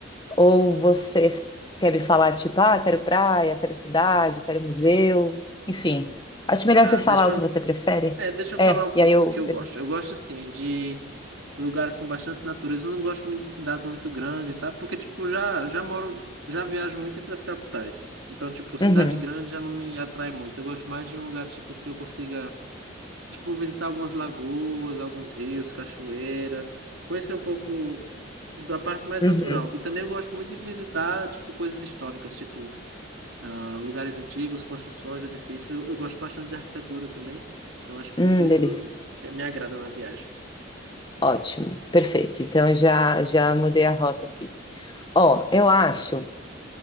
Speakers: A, on the left; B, on the right.
A: Ou você quer me falar, tipo, ah, quero praia, quero cidade, quero museu, enfim. Acho melhor
B: Ah,
A: você falar
B: deixa
A: o
B: eu.
A: que você prefere.
B: É, deixa eu
A: É,
B: falar um pouco
A: e aí eu.
B: do que eu gosto.
A: eu-
B: Eu gosto, assim, de lugares com bastante natureza. Eu não gosto muito de cidades muito grandes, sabe? Porque, tipo, já, já moro, já viajo muito entre as capitais. Então, tipo, cidade
A: Uhum,
B: grande já não me atrai muito. Eu gosto mais de um lugar, tipo, que eu consiga, tipo, visitar algumas lagoas, alguns rios, cachoeira. Conhecer um pouco da parte mais
A: uhum.
B: natural. E também eu gosto muito de visitar, tipo, coisas históricas, tipo ah, lugares antigos, construções, edifícios. Eu, eu gosto bastante de arquitetura também. Então acho que
A: Hum,
B: tudo isso
A: delícia.
B: eh, me agrada na viagem.
A: Ótimo, perfeito. Então eu já, já mudei a rota aqui. Ó, eu acho.